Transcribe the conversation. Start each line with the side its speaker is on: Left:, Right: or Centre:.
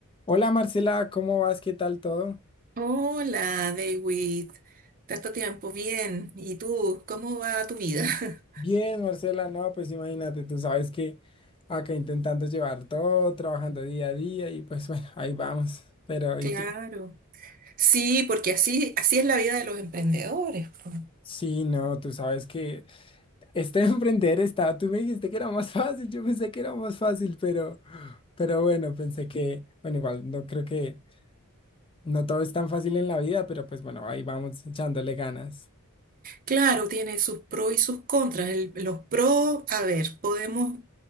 Left: Hola Marcela, ¿cómo vas? ¿Qué tal todo?
Right: Hola, David. Tanto tiempo, bien. ¿Y tú? ¿Cómo va tu vida? <laughs>
Left: Bien, Marcela, no, pues imagínate, tú sabes que acá intentando llevar todo, trabajando día a día y pues <laughs> bueno, ahí vamos. Pero,
Right: Claro.
Left: ¿y tú?
Right: Sí, porque así, así es la vida de los emprendedores. po.
Left: Sí, no, tú sabes que este <laughs> emprender está, tú me dijiste que era más fácil, yo pensé que era más fácil, pero, pero bueno, pensé que, bueno, igual no creo que no todo es tan fácil en la vida, pero pues bueno, ahí vamos echándole ganas.
Right: Claro, tiene sus pros y sus contras. El- los pros, a ver, podemos